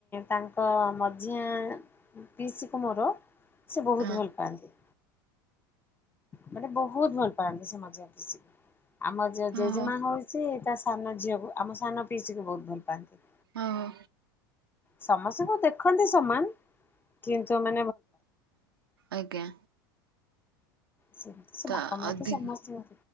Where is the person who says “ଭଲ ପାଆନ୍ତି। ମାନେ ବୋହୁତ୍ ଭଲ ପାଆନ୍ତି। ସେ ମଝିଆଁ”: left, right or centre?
Left